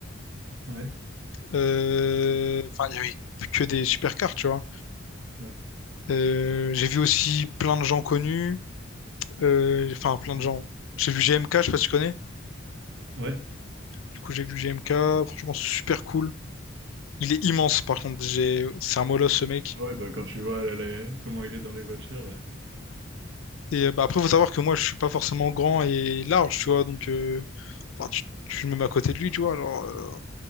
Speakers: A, on the right (about 60°); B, on the left (about 80°).
A: Ouais,
B: Euh, Enfin, il y avait que des supercars, tu vois.
A: ouais,
B: Euh, j'ai vu aussi plein de gens connus. euh, Enfin, plein
A: yeah,
B: de gens. J'ai vu G M K je sais pas si tu connais.
A: ouais,
B: Du coup, j'ai vu G M K Franchement, super cool. Il est immense, par contre. J'ai... C'est un molosse, ce mec.
A: Ah ouais, bah quand tu vois la- la- comment il est dans les voitures, euh,
B: Et euh, bah, après, faut savoir que moi, je suis pas forcément grand et large, tu vois. Donc, euh, enfin, tu, tu me mets à côté de lui, tu vois. Alors, euh,